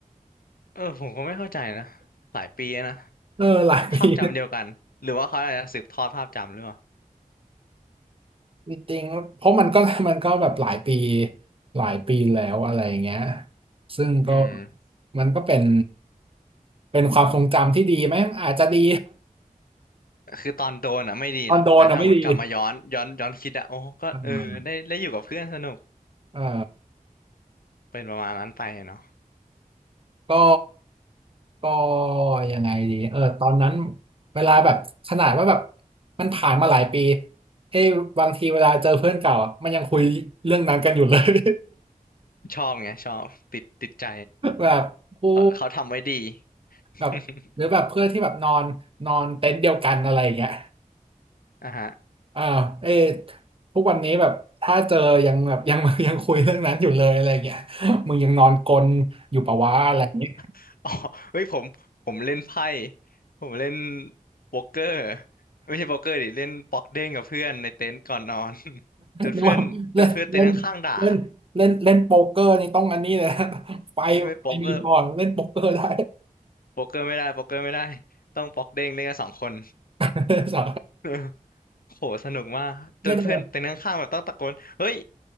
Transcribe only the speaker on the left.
<laughs> เออผมก็ไม่เข้าใจนะหลายปีแล้วนะ
ภาพจำเดียวกันหรือว่าเขาอาจจะสืบทอดภาพจำหรือเปล่า
อืม
คือตอนโดนอ่ะไม่ดีหรอกแต่ถ้าหมดกลับมาย้อนย้อนย้อนคิดอ่ะโอ้ก็เออได้ได้อยู่กับเพื่อนสนุก
เป็นประมาณนั้นไปเนาะ
<laughs> ชอบไงชอบติดติดใจ
เขาเขาทำไว้ดี <laughs>
อ่าฮะ
<laughs> อ๋อเฮ้ยผมผมเล่นไพ่ผมเล่นโป๊กเกอร์ไม่ใช่โป๊กเกอร์ดิเล่นป๊อกเด้งกับเพื่อนในเต็นท์ก่อนนอน <laughs> จนเพื่อนจนเพื่อนเต็นท์ข้างๆด่า
ไม่ไม่โป๊กเกอร์โป๊กเกอร์ไม่ได้โป๊กเกอร์ไม่ได้ต้องป๊อกเด้งเล่นกันสองคน
<laughs> โหสนุกมากจนเพื่อนเต็นท์ข้างๆแบบต้องตะโกนเฮ้ย